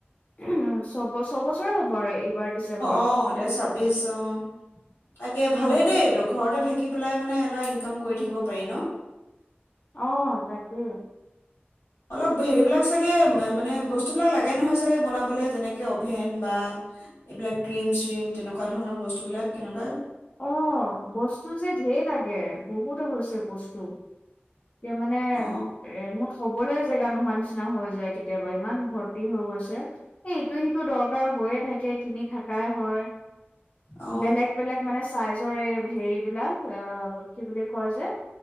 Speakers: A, on the left; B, on the left.
A: উ চব ছবছৰে হ'ব আৰু এইবাৰ ডিচেম্বৰত।
B: অ এতিয়া ছাব্বিশ অ তাকে ভালেই
A: উম
B: দেইটো ঘৰতে থাকি পেলাই মানে এটা ইনকাম কৰি থাকিব পাৰি ন?
A: অহ, তাকে।
B: অলপ হেৰিবিলাক চাগে মানে বস্তুবিলাক লাগে নহয় চাগে বনাবলৈ যেনেকে অভেন বা এইবিলাক ক্ৰীম -চ্ৰীম তেনেকুৱা ধৰণৰ বস্তুবিলাক কেনেকুৱা
A: অহ বস্তু যে ধেঢ় লাগে বহুত হৈ গৈছে বস্তু এ' মানে
B: অ
A: এ' মোকচ থবলৈ জেগা নোহোৱা নিচিনা হৈ যায় কেতিয়াবা ইমান ভৰ্তি হৈ গৈছে, এই ইটো- সিটো দৰকাৰ কৈয়ে থাকে কিনি থাকাই হয়।
B: অ
A: বেলেগ -বেলেগ মানে চাইজৰ এই হেৰিবলাক আহ কি বুলি কয় যে